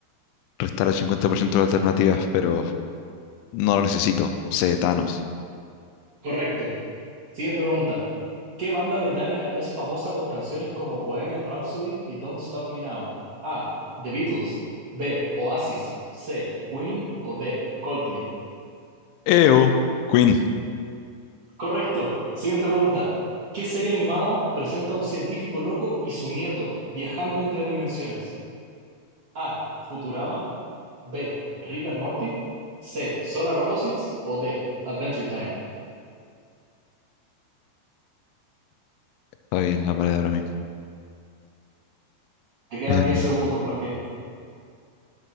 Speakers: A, on the left; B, on the right.
A: restar el 50% de alternativas, pero no lo necesito. Sé Thanos.
B: Correcto. Siguiente pregunta. ¿Qué banda británica es famosa por canciones como Bohemian Rhapsody y Don't Stop Me Now? A. The Beatles. B. Oasis. C. Queen. O D. Coldplay.
A: Eo. Queen.
B: Correcto. Siguiente pregunta. ¿Qué serie animada presenta a un científico loco y su nieto viajando entre dimensiones? A. Futurama. B. Rick and Morty. C. Solar Opposites. O D. Adventure Time.
A: Está ahí en la pared ahora mismo.
B: Te quedan
A: Em,
B: diez segundos, Martín.